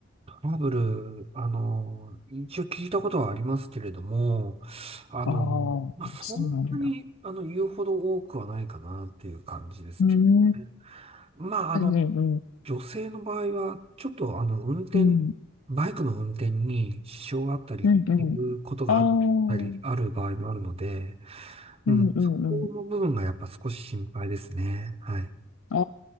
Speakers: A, on the right; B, on the left.
A: トラブル、あの、一応聞いたことはありますけれども、あの、
B: ああそうなんだ。
A: まあそんなに、あの、言うほど多くはないかなっていう感じですけどね。
B: うん、うん
A: まあ、
B: うんうん、
A: あの、女性の場合は、ちょっとあの、運転、
B: うん、
A: バイクの運転に支障があったり、
B: うんうん。
A: いうことがあったり、
B: ああ、うん
A: ある場合もあるので、
B: うんうん。
A: うん、そこの部分がやっぱ少し心配ですね。はい。
B: あ